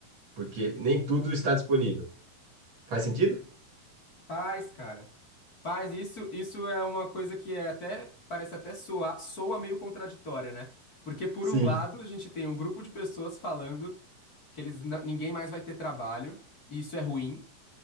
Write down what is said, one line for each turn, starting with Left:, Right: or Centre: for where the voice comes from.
Right: porque nem tudo está disponível. Faz sentido?
Left: Faz, cara. Faz isso. Isso é uma coisa que é até parece até soar, soa meio contraditória, né? Porque por
Right: Sim.
Left: um lado, a gente tem um grupo de pessoas falando que eles não- ninguém mais vai ter trabalho, e isso é ruim.